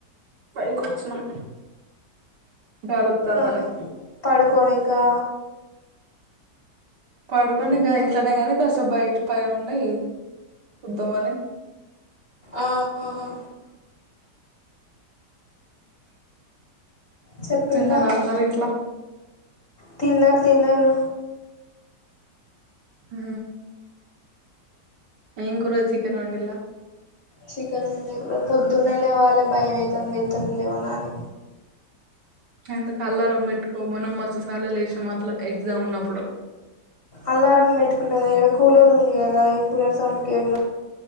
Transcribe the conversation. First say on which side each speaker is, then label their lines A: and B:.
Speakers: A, on the right; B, on the left.
A: పైకొచ్చినం గాలోత్తందని
B: ఆహా పడుకోనికా
A: పడుకొని గాయింట్లనే కాస్త బయట పై ఉండి వద్దామని
B: ఆహా చెప్పింకా
A: తిన్నారా అందరు ఇంట్లో
B: తిన్నారు తిన్నారు
A: ఆ ఏం కుర చికెన్ ఉండిల్లా
B: చికెన్ ఉంది పొద్దున్న లేవాలి భయం అయితోంది లేత్తనా లేవనా అని
A: ఎందుకు అల్లారం పెట్టుకో మనం మస్తు సాల్ అలా లేసాం అట్లా ఎగ్జామ్ ఉన్నప్పుడు
B: అలారం పెట్టుకుంటా ఈడ కూలర్ ఉంది కదా ఈ కూలర్ సౌండ్ కేడు